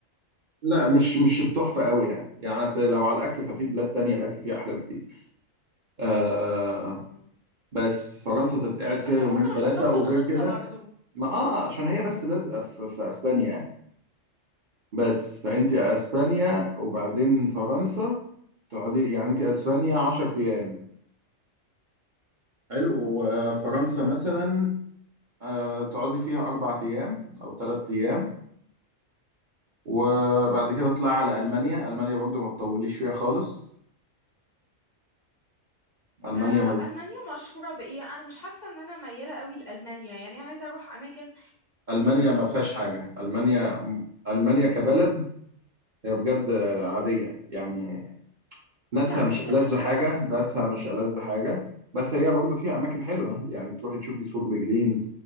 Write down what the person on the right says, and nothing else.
لا مش مش التحفة قوي يعني يعني أصل لو على الأكل ففي بلاد تانية الأكل فيها أحلى بكتير آه
بس فرنسا تتقعد فيها
يومين
ثلاثة
وغير
كده
ما اه عشان هي بس لازقة في, في أسبانيا يعني بس فأنت
أسبانيا وبعدين فرنسا تقعدي يعني أنت أسبانيا 10 أيام حلو وفرنسا مثلا آه، تقعدي فيها أربع أيام أو ثلاث أيام وبعد
كده تطلعي على ألمانيا ألمانيا برضو ما تطوليش فيها خالص ألمانيا
ما
ألمانيا ما فيهاش حاجة ألمانيا ألمانيا كبلد هي بجد عادية يعني ناسها
مش
ألذ
حاجة
ناسها مش ألذ حاجة بس هي برضو فيها أماكن حلوة يعني تروحي تشوفي سور برلين